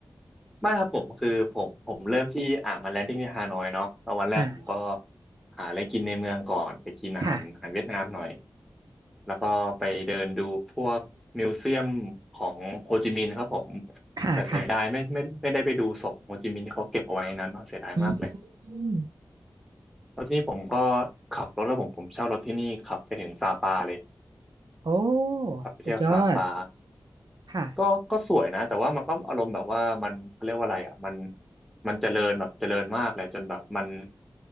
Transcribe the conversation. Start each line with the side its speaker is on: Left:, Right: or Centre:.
Centre: ไม่ครับผมคือผมผมเริ่มที่อ่ามาแลนดิ้งที่ฮานอยเนาะแล้ววันแรกผมก็
Right: อ่า
Centre: หาอะไรกินในเมืองก่อนไปกินอาหารอาหารเวียดนามหน่อย
Right: ค่ะ
Centre: แล้วก็ไปเดินดูพวกมิวเซียมของโฮจิมินห์ครับผม
Right: ค่ะค่ะ
Centre: แต่เสียดายไม่ไม่ไม่ได้ไปดูศพของโฮจิมินห์ที่เขาเก็บเอาไว้นนั้นเนาะเสียดายมากเลย
Right: อืม
Centre: แล้วทีนี้ผมก็ขับรถแล้วผมผมเช่ารถที่นี่ขับไปถึงซาปาเลย
Right: โอ้
Centre: ขับไปเที่ยวซาปา
Right: สุดยอดค่ะ
Centre: ก็ก็สวยนะแต่ว่ามันก็อารมณ์แบบว่ามันเขาเรียกว่าอะไรอ่ะมันมันเจริญแบบเจริญมากเลยจนแบบมัน